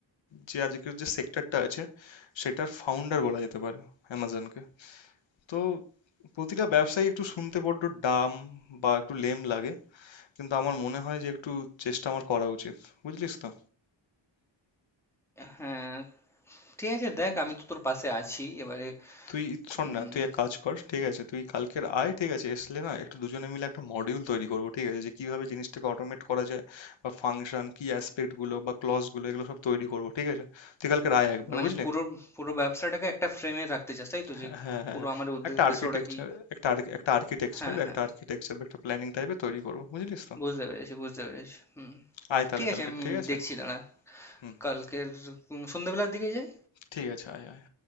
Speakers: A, on the left; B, in the centre.
A: যে আজকের যে সেক্টরটা আছে সেটার ফাউন্ডার বলা যেতে পারে অ্যামাজনকে তো প্রতিটা ব্যবসায়ী একটু শুনতে বড্ড ডাম বা একটু লেম লাগে কিন্তু আমার মনে হয় যে একটু চেষ্টা আমার করা উচিত বুঝলিস তো
B: হ্যাঁ ঠিক আছে দেখ আমি তো তোর পাশে আছি এবারে
A: তুই শোন
B: উম,
A: না তুই এক কাজ কর ঠিক আছে তুই কালকের আয় ঠিক আছে এসলে না একটু দুজনে মিলে একটা মডিউল তৈরি করবো ঠিক আছে যে কিভাবে জিনিসটাকে অটোমেট করা যায় বা ফাংশন কি অ্যাসপেক্ট গুলো বা ক্লজ গুলো এগুলো সব তৈরি করবো ঠিক আছে তুই কালকের আয় একবার
B: মানে
A: বুঝলি
B: পুরো পুরো ব্যবসাটাকে একটা ফ্রেমে রাখতে চাস তাই তো
A: হ্যাঁ
B: যে
A: হ্যাঁ
B: পুরো আমাদের উদ্দেশ্যটা
A: একটা আর্কিটেকচার
B: কি
A: একটা arch- একটা আর্কিটেকচার
B: হ্যাঁ হ্যাঁ
A: একটা আর্কিটেকচার বা একটা প্ল্যানিং টাইপের তৈরি করবো বুঝলিস তো
B: বুঝতে পেরেছি বুঝতে পেরেছি হুম
A: আয় তাহলে
B: ঠিক আছে
A: কালকে
B: আমি
A: ঠিক আছে
B: দেখছি দাঁড়া
A: হুম
B: কালকের উম সন্ধ্যেবেলার দিকে যাই
A: ঠিক আছে আয় আয়